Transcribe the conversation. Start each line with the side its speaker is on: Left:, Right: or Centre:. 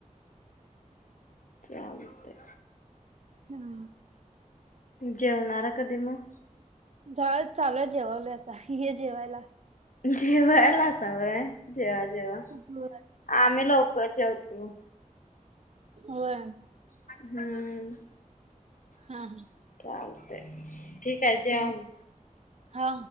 Left: चालतंय.
Right: हा.
Left: जेवणारा कधी मग?
Right: झा चालू जेवावल आता. ये जेवायला.
Left: जेवायला असावय. जेवा, जेवा.
Right: होय
Left: आम्ही लवकर जेवतो.
Right: व्हयं.
Left: हम्म.
Right: हा
Left: <inaudible> चालतंय. ठीक आहे,
Right: हा
Left: जेवा मग.
Right: हा.